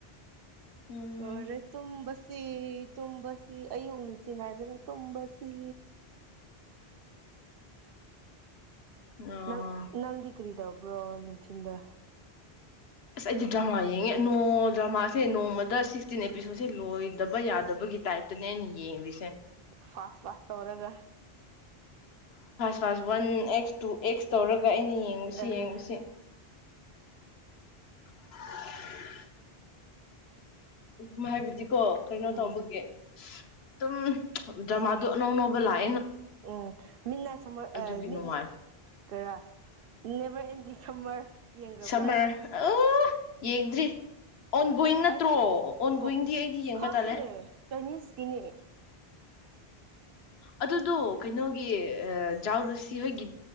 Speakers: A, on the left (about 75°); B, on the right (about 65°).
A: ꯎꯝ
B: ꯂꯣꯏꯔꯦ ꯇꯨꯝꯕꯁꯤ ꯇꯨꯝꯕꯁꯤ ꯑꯌꯨꯛ ꯅꯨꯡꯊꯤꯜ ꯅꯥꯏꯗꯅ ꯇꯨꯝꯕꯁꯤ
A: ꯑꯣ
B: ꯅꯪ ꯅꯪꯗꯤ ꯀꯔꯤ ꯇꯧꯕ꯭ꯔꯣ ꯅꯨꯡꯊꯤꯟꯗ
A: ꯑꯁ ꯑꯩꯗꯤ ꯗ꯭ꯔꯃꯥ ꯌꯦꯡꯉꯦ ꯅꯣꯡ ꯗ꯭ꯔꯃꯥꯁꯦ ꯅꯣꯡꯃꯗ ꯁꯤꯛꯁꯇꯤꯟ ꯑꯦꯄꯤꯁꯣꯠꯁꯦ ꯂꯣꯏꯗꯕ ꯌꯥꯗꯕꯒꯤ ꯒꯤ ꯇꯥꯏꯞꯇꯅꯦ ꯑꯩꯅ ꯌꯦꯡꯔꯤꯁꯦ
B: ꯐꯥꯁ ꯐꯥꯁ ꯇꯧꯔꯒ
A: <unintelligible> ꯋꯥꯟ ꯑꯦꯛꯁ ꯇꯨ ꯑꯦꯛꯁ ꯇꯧꯔꯒ ꯑꯩꯅ ꯌꯦꯡꯕꯁꯤ
B: ꯑꯥ
A: ꯌꯦꯡꯕꯁꯤ <inaudible> ꯎꯝ ꯍꯥꯏꯕꯗꯤꯀꯣ ꯀꯩꯅꯣ
B: ꯎꯝ
A: ꯇꯧꯕꯒꯤ ꯑꯗꯨꯝ ꯗ꯭ꯔꯃꯗꯣ ꯑꯗꯨ ꯑꯅꯧꯅꯧꯕ ꯂꯥꯛ
B: ꯎꯝ ꯃꯤꯅ ꯁꯨꯃꯛ
A: ꯑꯗꯨꯒꯤ
B: ꯑ ꯃꯤꯠ
A: ꯅꯨꯡꯉꯥꯏ
B: ꯀꯔꯥ ꯅꯦꯕꯔ ꯑꯦꯟꯗꯤꯡ ꯁꯝꯃꯔ ꯌꯦꯡꯈ꯭ꯔꯕ꯭ꯔꯥ
A: ꯁꯝꯃꯔ ꯑ ꯌꯦꯡꯗ꯭ꯔꯤ ꯑꯣꯟ ꯒꯣꯋꯤꯡ ꯅꯠꯇ꯭ꯔꯣ
B: ꯑꯩꯁꯨ
A: ꯑꯣꯟ
B: ꯍꯣ
A: ꯒꯣꯋꯤꯡꯗꯤ ꯑꯩꯗꯤ ꯌꯦꯡꯕ
B: ꯈꯪꯗꯦ
A: ꯇꯥꯜꯂꯦ
B: ꯆꯥꯏꯅꯤꯁꯀꯤꯅꯦ
A: ꯑꯗꯨꯗꯣ ꯀꯩꯅꯣꯒꯤ ꯑ ꯖꯥꯎ ꯂꯨꯁꯤ ꯍꯣꯏꯒꯤ